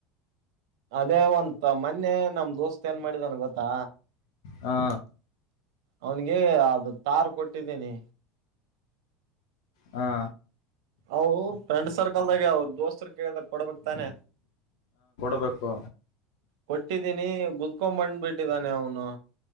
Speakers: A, on the right; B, on the left.
A: ಅದೇ ಒಂತ ಮೊನ್ನೆ ನಮ್ ದೋಸ್ತ್ ಏನ್ ಮಾಡಿದನ್ ಗೊತ್ತಾ.
B: ಹಾ
A: ಅವ್ನಿಗೆ ಅದು ತಾರ್ ಕೊಟ್ಟಿದ್ದೀನಿ.
B: ಹಾ
A: ಅವು ಫ್ರೆಂಡ್ ಸರ್ಕಲ್ದಾಗೆ ಅವ್ರ್ ದೋಸ್ತರ್ ಕೇಳ್ದಗ್ ಕೊಡ್ಬೇಕ್ ತಾನೆ.
B: ಬೇಕು
A: ಕೊಟ್ಟಿದ್ದೀನಿ ಗುತ್ಕೋ ಬಂದ್ಬಿಟ್ಟಿದ್ದಾನೆ ಅವ್ನು.